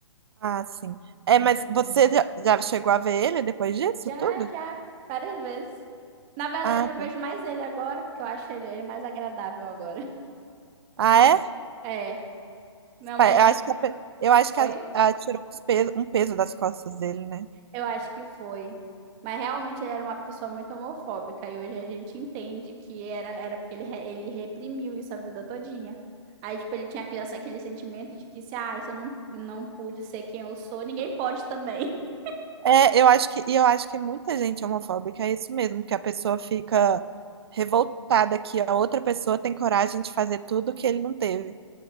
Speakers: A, on the right; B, on the right.
A: Ah, sim. É, mas você já já chegou a ver ele depois disso
B: Já,
A: tudo?
B: já, várias vezes. Na verdade,
A: Ah,
B: eu
A: tá.
B: vejo mais ele agora, porque eu acho ele, ele mais agradável agora. <laughs>
A: ah, é?
B: É, meu,
A: Pa-
B: mas...
A: Eu acho
B: mas-
A: que, a pe- eu acho que
B: Oi?
A: a- a tirou uns peso- um peso das costas dele, né?
B: Eu acho que foi. Mas realmente ele era uma pessoa muito homofóbica e hoje a gente entende que era, era porque ele, re- ele reprimiu isso a vida todinha. Aí, tipo, ele tinha aquele, aquele sentimento de que se, ah, se eu não, não pude ser quem eu sou, ninguém pode também. <laughs>
A: É, eu acho que, e eu acho que muita gente é homofóbica é isso mesmo, que a pessoa fica revoltada que a outra pessoa tem coragem de fazer tudo que ele não teve.